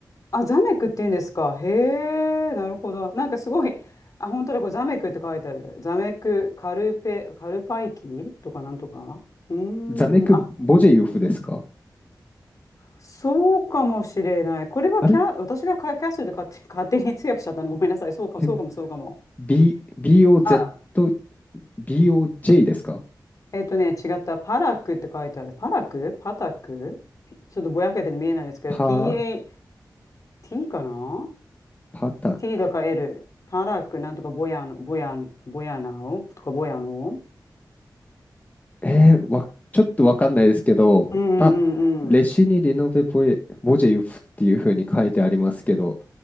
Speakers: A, on the left; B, on the left.
A: あ、ザメクって言うんですか。へえ、なるほど。なんかすごい、あ、本当だ、これザメクって書いてあるね。ザメク、カルペ、カルパイキとかなんとか。うーん、
B: ザメク・
A: あ、
B: ボジェユフですか
A: そうかもしれない。これはキャ、
B: あれ
A: 私がカキャッスルで勝手、勝手に通訳しちゃったの。ごめんなさい。そうか、
B: <laughs>
A: そうかも、そうかも。
B: ?B、BOZ、
A: あ、
B: BOJ ですか
A: えっとね、違った。パラクって書いてある。パラクパタクピちょっとぼやけて見えないですけど、
B: パー、
A: PAT かな
B: パタク。
A: T とか L、パラックなんとかボヤの、ボヤ、ボヤナオとかボヤノ
B: えー、わ、ちょっとわかんないですけど、
A: うんうんうんうん
B: あ、レシにリノベボエ、ボジェユフっていうふうに書いてありますけど、